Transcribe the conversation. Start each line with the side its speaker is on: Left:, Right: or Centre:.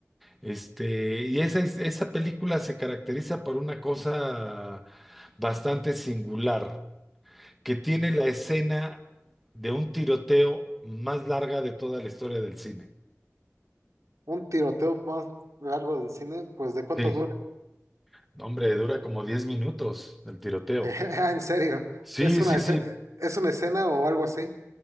Centre: Este, y esa, es- esa película se caracteriza por una cosa bastante singular, que tiene la escena de un tiroteo más larga de toda la historia del cine.
Right: Un tiroteo más largo del cine, pues ¿de cuánto
Centre: Sí.
Right: dura? <laughs>
Centre: No Hombre, dura como 10 minutos el tiroteo.
Right: Ah, en serio,
Centre: Sí,
Right: ¿es una,
Centre: sí,
Right: esce-
Centre: sí.
Right: es una escena o algo así?